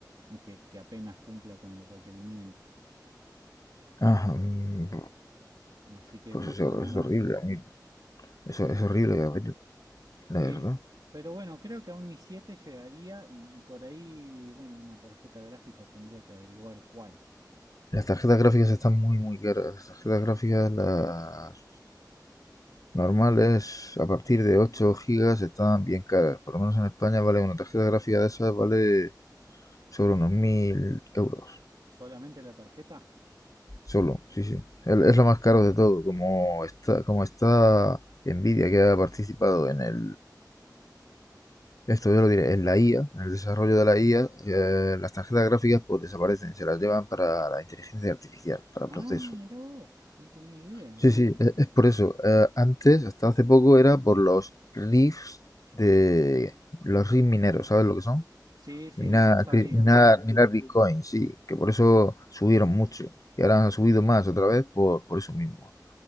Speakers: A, on the right; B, on the left.
A: que, que apenas cumpla con los requerimientos.
B: Ah, mm,
A: Así que
B: pues
A: más
B: eso
A: o menos,
B: es horrible, a mí. Eso
A: sí,
B: es horrible, Gabriel, la
A: sí.
B: verdad.
A: Pero bueno, creo que a un i7 llegaría y, y por ahí, bueno, una tarjeta gráfica tendría que averiguar cuál.
B: Las tarjetas gráficas están muy, muy caras. Las tarjetas gráficas, las normales, a partir de 8 gigas, están bien caras. Por lo menos en España vale una tarjeta gráfica de esas, vale sobre unos 1000 euros.
A: ¿Solamente la tarjeta?
B: Solo, sí, sí. Es lo más caro de todo. Como está, como está Nvidia, que ha participado en el. Esto yo lo diré, en la IA, en el desarrollo de la IA, eh, las tarjetas gráficas pues desaparecen, se las llevan para la inteligencia artificial, para
A: Ah,
B: procesos.
A: mira vos, no tenía idea.
B: Sí, sí, e- es, por eso. Eh, antes, hasta hace poco, era por los riffs de los riffs mineros, ¿sabes lo que son?
A: Sí, sí,
B: Minar,
A: eso sabía,
B: cri- minar,
A: sí.
B: minar Bitcoin, sí, que por eso subieron mucho. Y ahora han subido más otra vez por, por eso mismo.